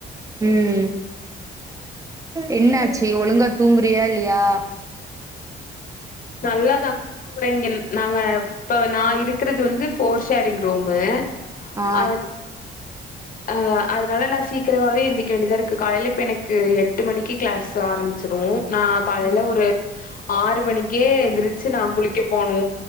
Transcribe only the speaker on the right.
ம் என்னாச்சு ஒழுங்கா தூங்குறியா இல்லயா
ஆ
ம்